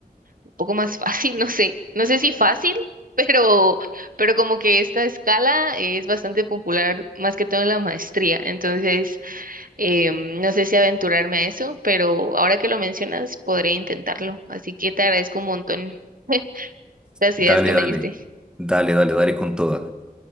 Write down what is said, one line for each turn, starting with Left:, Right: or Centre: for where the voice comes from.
Right: un poco más fácil, <laughs> no sé, no sé si fácil, pero, pero como que esta escala es bastante popular, más que todo en la maestría. Entonces, em, no sé si aventurarme a eso, pero ahora que lo mencionas, podré intentarlo. Así que te agradezco un montón <laughs> las
Centre: dale,
Right: ideas que me
Centre: dale,
Right: diste.
Centre: dale, dale, dale con toda.